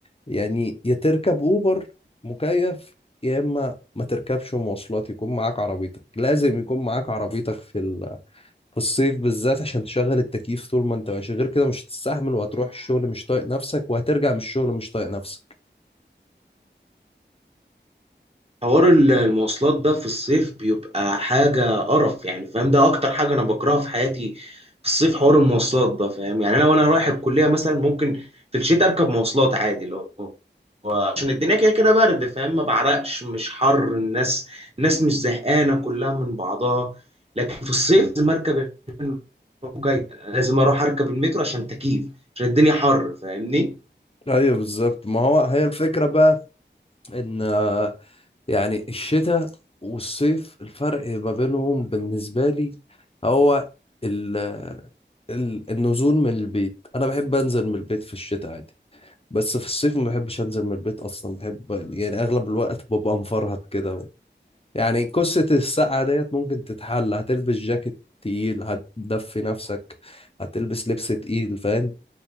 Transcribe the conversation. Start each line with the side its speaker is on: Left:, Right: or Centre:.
Left: يعني يا تركب اوبر مكيف يا اما ما تركبش مواصلات يكون معاك عربيتك لازم يكون معاك عربيتك في ال... في الصيف بالذات عشان تشغل التكييف طول ما انت ماشي غير كده مش هتستحمل وهتروح الشغل مش طايق نفسك وهترجع من الشغل مش طايق نفسك
Right: حوار ال- المواصلات ده في الصيف بيبقى حاجه قرف يعني فاهم ده اكتر حاجه انا بكرهها في حياتي في الصيف حوار المواصلات ده فاهم يعني انا وانا رايح الكليه مثلا ممكن في الشتاء اركب مواصلات عادي لو عشان الدنيا كده كده برد فاهم ما بعرقش مش حر الناس الناس مش زهقانه كلها من بعضها لكن في الصيف لازم اركب الموجة. لازم اروح اركب المترو عشان تكييف عشان الدنيا حر فاهمني
Left: ايوه بالظبط ما هو هي الفكرة بقى ان يعني الشتاء والصيف الفرق ما بينهم بالنسبة لي هو ال ال النزول من البيت أنا بحب أنزل من البيت في الشتاء عادي بس في الصيف ما بحبش أنزل من البيت أصلا بحب يعني أغلب الوقت ببقى مفرهد كده و... يعني قصة السقعة ديت ممكن تتحل هتلبس جاكيت تقيل هتدفي نفسك هتلبس لبس تقيل فاهم